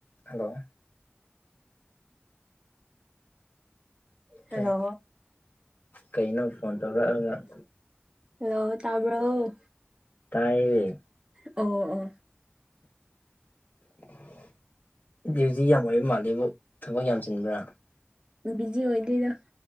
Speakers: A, on the left; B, on the right.
A: ꯍꯜꯂꯣ
B: ꯍꯜꯂꯣ
A: ꯑꯦ ꯀꯩꯅꯣ ꯐꯣꯟ ꯇꯧꯔꯛꯑꯒ
B: ꯍꯂꯣ ꯇꯕ
A: ꯇꯥꯏ
B: ꯑꯣ ꯑꯣ
A: <inaudible> ꯗꯤ ꯍꯧꯖꯤꯛ ꯌꯥꯝ ꯑꯣꯏꯕ ꯃꯥꯜꯂꯦꯕꯨ ꯊꯕꯛ ꯌꯥꯝ ꯆꯤꯟꯕ꯭ꯔꯥ
B: ꯕꯤꯖꯤ ꯑꯣꯏꯗꯣꯏꯗ